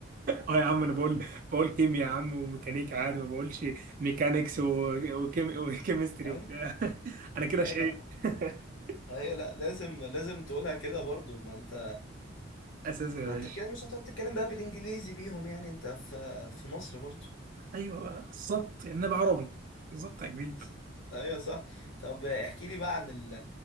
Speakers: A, on the right; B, on the left.
A: اه يا عم انا بقول بقول كيمياء يا عم وميكانيكا عادي ما بقولش ميكانيكس و- وكيم- وكيمستري
B: اي
A: وبتاع <laughs> انا كده
B: اي
A: شقيت
B: لا ما
A: <laughs>
B: اي لا لازم لازم تقولها كده برضو ما انت
A: اساسي
B: ما
A: يا باشا
B: انت كده مش هتقعد تتكلم بقى بالانجليزي بيهم يعني انت في في مصر برضو
A: ايوه بقى بالظبط انما عربي بالظبط يا كبير
B: ص- ايوه صح طب احكي لي بقى عن ال-